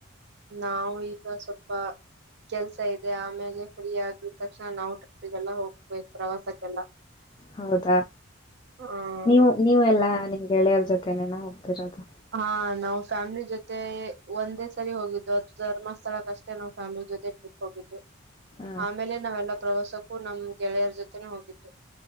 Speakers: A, on the right; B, on the left.
A: ನಾವು ಈಗ ಸ್ವಲ್ಪ. ಕೆಲ್ಸ ಇದೆ ಆಮೇಲೆ ಫ್ರೀ ಆದಗಿದ ತಕ್ಷಣ ನಾವು ಟ್ರಿಪ್ಪಿಗೆಲ್ಲ ಹೋಗ್ಬೇಕು ಪ್ರವಾಸಕ್ಕೆಲ್ಲ.
B: ಹೌದಾ
A: ಹ್ಮ್
B: ನೀವು ನೀವೆ ಎಲ್ಲಾ ನಿಮ್ಗೆ ಗೆಳೆಯರ ಜೊತೆನೇನ ಹೋಗ್ತಿರೋದು.
A: ಹಾ ನಾವ್ ಫ್ಯಾಮಿಲಿ ಜೊತೆ ಒಂದೇ ಸರಿ ಹೋಗಿದ್ದು ಅದು ಧರ್ಮಸ್ಥಳಕ್ ಅಷ್ಟೇ ನಾವ್ ಫ್ಯಾಮಿಲಿ. ಜೊತೆ ಟ್ರಿಪ್ ಹೋಗಿದ್ದು
B: ಹ
A: ಆಮೇಲೆ ನಾವೆಲ್ಲ ಪ್ರವಾಸಕ್ಕೂ ನಮ್ ಗೆಳೆಯರ ಜೊತೆನೆ ಹೋಗಿದ್ದು.